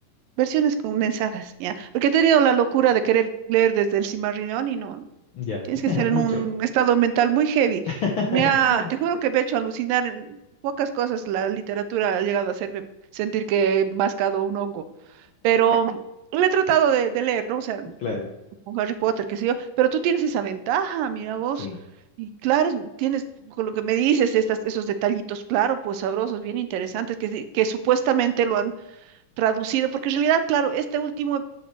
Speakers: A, on the right; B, on the left.
A: Versiones condensadas, ¿ya? Porque he tenido la locura de querer leer desde el Cimarrillón y no, no.
B: Ya,
A: Tienes
B: <laughs>
A: que estar en un
B: mucho.
A: estado mental muy heavy.
B: <laughs>
A: Me ha, te juro que me ha hecho alucinar en pocas cosas. La literatura ha llegado a hacerme sentir que he mascado un hongo. Pero le he tratado de, de leer, ¿no? O sea,
B: Claro,
A: con Harry Potter, qué sé yo. Pero tú tienes esa ventaja, mira vos.
B: sí.
A: Y claro, es- tienes, con lo que me dices, estas, esos detallitos, claro, pues sabrosos, bien interesantes, que, que supuestamente lo han traducido, porque en realidad, claro, esta última